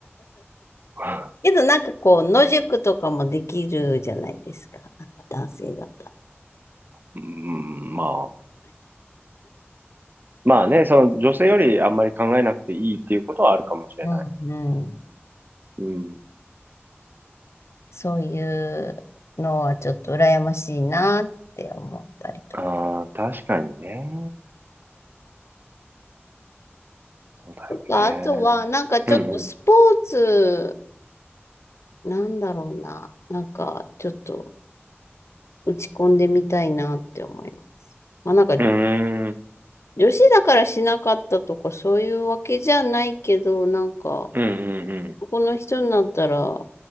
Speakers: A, on the right (about 45°); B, on the left (about 80°).
A: <laughs>
B: けどなんかこう、野宿とかもできるじゃないですか。なんか男性だったら。
A: うん、まあ。まあね、その女性よりあんまり考えなくていいっていうことはあるかもしれない。
B: うんうん。
A: うん。
B: そういうのはちょっと羨ましいなって思ったりとか。
A: ああ、確かにね。そうだよ
B: あとは、
A: ね。
B: なんかちょっとスポーツ、
A: うん
B: なんだろうな。なんかちょっと打ち込んでみたいなって思います。まあなんか
A: うん。うーん。
B: 女子だからしなかったとかそういうわけじゃないけど、なんか
A: うんうん
B: ここの人になったら